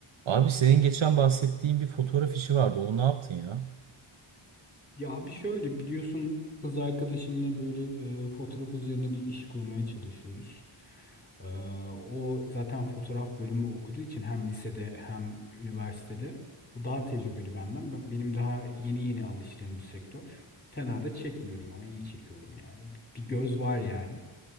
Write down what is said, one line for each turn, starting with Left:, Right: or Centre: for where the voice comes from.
Right: Abi senin geçen bahsettiğin bir fotoğraf işi vardı. Onu ne yaptın ya?
Left: Ya bir şöyle biliyorsun kız arkadaşımla böyle e, fotoğraf üzerine bir iş kurmaya çalışıyoruz. E, o zaten fotoğraf bölümü okuduğu için hem lisede hem üniversitede. O daha tecrübeli benden. Ben- Benim daha yeni yeni alıştığım bir sektör. Fena da çekmiyorum ama iyi çekiyorum yani. Bir göz var yani.